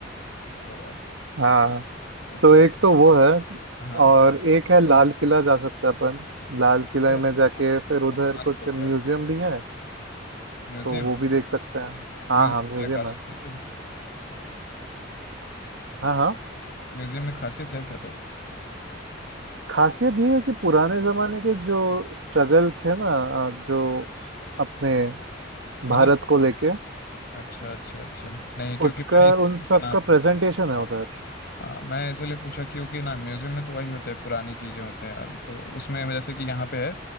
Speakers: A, on the left; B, on the right.
A: करो यार
B: हाँ तो
A: तो
B: एक तो वो है
A: हाँ
B: और एक है लाल किला जा सकते हैं अपन लाल किला
A: ये-
B: में जाके
A: हाँ,
B: फिर
A: वो
B: उधर
A: तो मस्त
B: कुछ
A: होगा
B: म्यूजियम
A: यार
B: भी है
A: म्यूजियम
B: तो वो भी देख सकते हैं हाँ
A: म्यूजियम
B: हाँ म्यूजियम
A: क्या खासियत
B: है
A: है तो
B: हाँ हाँ
A: म्यूजियम में खासियत है क्या तो
B: खासियत ये है कि पुराने जमाने के जो स्ट्रगल थे ना अ, जो अपने
A: मतलब
B: भारत को लेके
A: अच्छा अच्छा अच्छा नहीं क्योंकि
B: उसका
A: मैं इसलिए
B: उन सब
A: ना
B: का प्रेजेंटेशन है उधर
A: हाँ, मैं इसलिए पूछा क्योंकि ना म्यूजियम में तो वही होता है पुरानी चीजें होते हैं यार तो उसमें जैसे कि यहाँ पे है